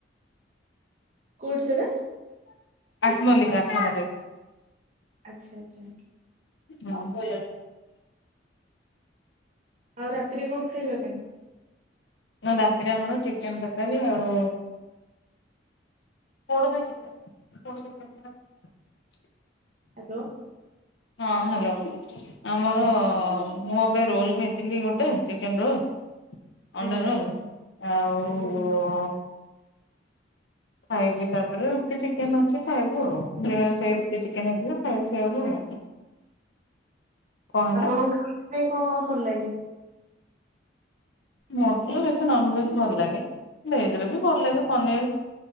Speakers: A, on the right (about 40°); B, on the left (about 75°).
A: <unintelligible>
B: ଆଠମଲ୍ଲିକ୍ ଆଠମଲ୍ଲିକ୍।
A: ଆଚ୍ଛା ଆଚ୍ଛା।
B: ହୁଁ।
A: ଆଉ ରାତିରେ କଣ ଖାଇବା କଲୁ?
B: ରାତିରେ ଆମର ଚିକେନ୍ ତରକାରୀ ଆଉ <unintelligible>
A: ହାଲୋ।
B: ହଁ ହାଲୋ। ଆମର ମୁଁ ଏବେ ରୋଲ୍ ଖାଇଥିଲି ଗୋଟେ ଚିକେନ୍ ରୋଲ୍। ଅଣ୍ଡା
A: ଆଜ୍ଞା
B: ରୋଲ୍। ଆଉ
A: ଆଜ୍ଞା
B: ଖାଇବି ତାପରେ ରୁଟି ଚିକେନ୍ ଅଛି ଖାଇବୁ ଆଉ। ସେ ରୁଟି ଚିକେନ୍ ହେଇଥିଲା। <unintelligible> କଣ ହେଲା
A: ଆପଣଙ୍କ ଖାଇବା ପାଇଁ କଣ ଭଲ ଲାଗେ?
B: ମତେ ତ ବେଶୀ ନନ୍ଭେଜ୍ ଭଲ ଲାଗେ। ଭେଜ ରେ ବି ଭଲ ଲାଗେ ପନିର୍।